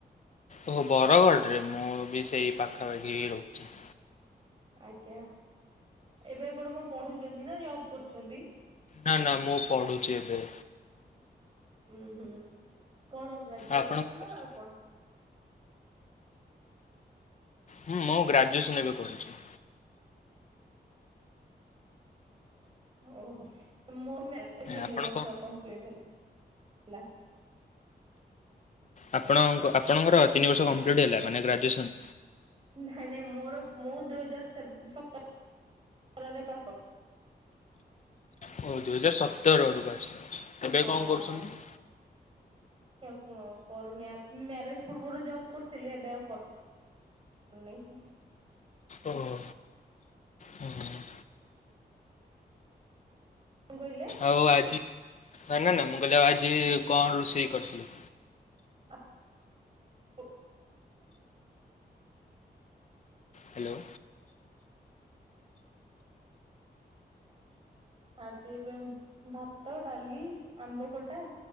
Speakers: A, on the left; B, on the right.
A: ଓ! ବରଗଡ଼ରେ, ମୁଁ ବି ସେଇ ପାଖାପାଖି ହି ରହୁଛି।
B: ଆଜ୍ଞା ଏବେ ଆପଣ କଣ ପଢୁଛନ୍ତି ନା ଯବ୍ କରୁଛନ୍ତି?
A: ନା, ନା, ମୁଁ ପଢୁଛି ଏବେ?
B: ହୁଁ, ହୁଁ କଣ ଗ୍ରାଜୁଏସନ୍
A: ଆପଣ କଣ
B: ନା
A: କରୁଛନ୍ତି?
B: ଆଉ କଣ?
A: ହୁଁ, ମୁଁ ଗ୍ରାଜୁଏସନ ଏବେ କରୁଛି।
B: ଓହୋ! ମୋ ମ୍ୟାରେ ତିନି
A: ଆପଣ
B: ବର୍ଷ
A: କଣ
B: କମ୍ପ୍ଲିଟ ହେଲା। ଲା।
A: ଆପଣଙ୍କ ଆପଣଙ୍କର ତିନି ବର୍ଷ କମ୍ପ୍ଲିଟ୍ ହେଲା, ମାନେ ଗ୍ରାଜୁଏସନ୍?
B: ନାଇଁ, ନାଇଁ ମୋର ମୁଁ, ଦୁଇ ହଜାର ସେ ସତର ତରରେ ପାସ।
A: ଓ! ଦୁଇ ହଜାର ସତର ରୁ ପାସ୍। ଏବେ
B: ହଁ
A: କଣ କରୁଛନ୍ତି?
B: ହଁ, କରୁନି ଆପ୍। ମ୍ୟାରେଜ ପୂର୍ବରୁ ଯବ୍ କରିୁଥିଲି। ଏବେ ଆଉ କର ନେହିଁ।
A: ଓହୋ! ହୁଁ ହୁଁ।
B: କଣ କହିଲେ?
A: ଆଉ ଆଜି, ନା, ନା, ନା, ମୁଁ କହିଲି ଆଉ ଆଜି କଣ ରୋଷେଇ କରିଥିଲୁ?
B: <inaudible>
A: ହ୍ୟାଲୋ!
B: ଆଜି ଏବେ ଭାତ, ଡାଲି, ଆମ୍ବ ଖଟା,